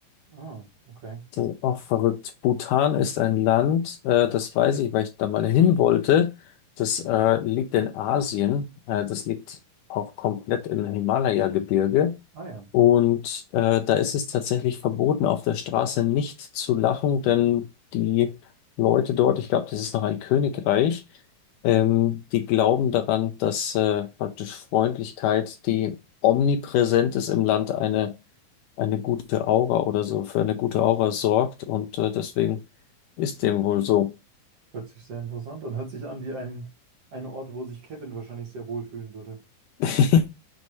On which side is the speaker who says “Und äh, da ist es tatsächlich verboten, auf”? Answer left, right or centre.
Left